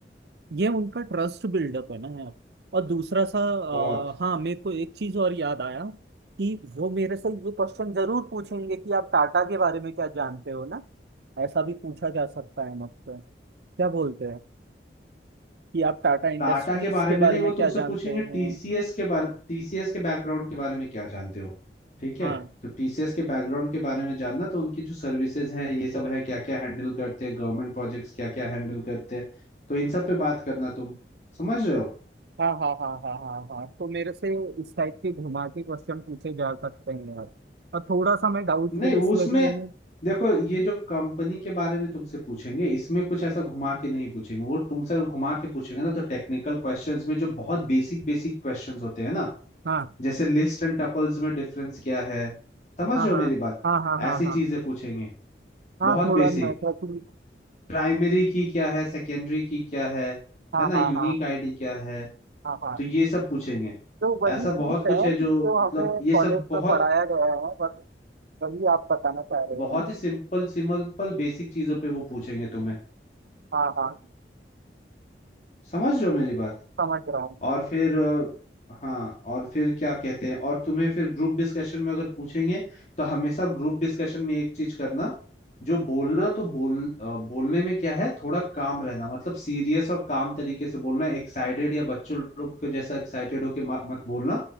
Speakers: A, on the right; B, on the left.
A: ये उनका ट्रस्ट बिल्डअप है ना यार और दूसरा सा
B: बहुत
A: अ, हाँ मेरे को एक चीज और याद आया कि वो मेरे से ये क्वेश्चन जरूर पूछेंगे कि आप टाटा के बारे में क्या जानते हो ना ऐसा भी पूछा जा सकता है मुझसे क्या बोलते हैं कि आप टाटा इंडस्ट्रीज
B: टाटा के बारे
A: के
B: में
A: बारे
B: नहीं
A: में
B: वो
A: क्या
B: तुमसे
A: जानते
B: पूछेंगे
A: हैं
B: टीसीएस के बारे टीसीएस के बैकग्राउंड के बारे में क्या जानते हो ठीक
A: हाँ
B: है तो टीसीएस के बैकग्राउंड के बारे में जानना तो उनकी जो सर्विसेज है ये सब है क्या क्या हैंडल करते हैं गवर्नमेंट प्रोजेक्ट्स क्या क्या हैंडल करते हैं तो इन सब पे बात करना तुम समझ रहे हो
A: हाँ हाँ हाँ हाँ हाँ हाँ तो मेरे से इस टाइप के घुमा के क्वेश्चन पूछे जा सकते हैं यार और थोड़ा सा मैं डाउटफुल
B: नहीं उसमें
A: इसलिए भी हूँ
B: देखो ये जो कंपनी के बारे में तुमसे पूछेंगे इसमें कुछ ऐसा घुमा के नहीं पूछेंगे वो तुमसे घुमा के पूछेंगे ना तो टेक्निकल क्वेश्चंस में जो बहुत बेसिक बेसिक क्वेश्चंस होते हैं ना
A: हाँ
B: जैसे लिस्ट एंड टपल्स में डिफरेंस क्या है समझ
A: हाँ
B: रहे
A: हाँ
B: हो मेरी बात
A: हाँ हाँ हाँ
B: ऐसी
A: हाँ
B: चीजें पूछेंगे
A: हाँ
B: बहुत
A: थोड़ा
B: बेसिक
A: मैथफुल
B: प्राइमरी की क्या है सेकेंडरी की क्या है
A: हाँ
B: है ना
A: हाँ
B: यूनिक
A: हाँ
B: आईडी क्या है
A: हाँ हाँ
B: तो ये सब पूछेंगे
A: तो वही
B: ऐसा
A: चीज
B: बहुत कुछ
A: है
B: है
A: कि
B: जो
A: जो हमें
B: मतलब ये
A: कॉलेज
B: सब बहुत
A: में पढ़ाया गया है बस वही आप बताना चाह रहे
B: बहुत
A: हो ना
B: ही सिंपल सिंपल बेसिक चीजों पे वो पूछेंगे तुम्हें
A: हाँ हाँ
B: समझ रहे हो मेरी बात
A: समझ रहा हूँ सम-
B: और फिर अ, हाँ और फिर क्या कहते हैं और तुम्हें फिर ग्रुप डिस्कशन में अगर पूछेंगे तो हमेशा ग्रुप डिस्कशन में एक चीज करना जो बोलना तो बोल अ, बोलने में क्या है थोड़ा काम रहना मतलब सीरियस और काम तरीके से बोलना एक्साइटेड या बच्चों लोग को जैसा एक्साइटेड होके म- मत बोलना